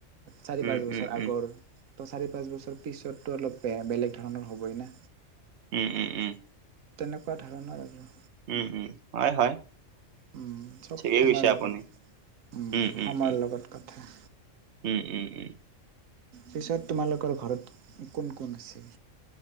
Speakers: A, on the right; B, on the right.
A: চাৰি
B: উম,
A: পাচ বছৰ
B: উম,
A: আগৰ
B: উম।
A: ত' চাৰি পাঁচ বছৰ পিছততো অলপেয়া বেলেগ ধৰণৰ হ'বই না
B: উম উম উম
A: তেনেকুৱা ধৰণৰ আৰু
B: উম উম হয় হয়
A: উ চব
B: ঠিকেই
A: সময়ৰ
B: কৈছে আপুনি।
A: লগত উ
B: উম, উম,
A: সময়ৰ
B: উম,
A: লগত কথা
B: উম - উম - উম।
A: পিছত তোমালোকৰ ঘৰত কোন কোন আছে?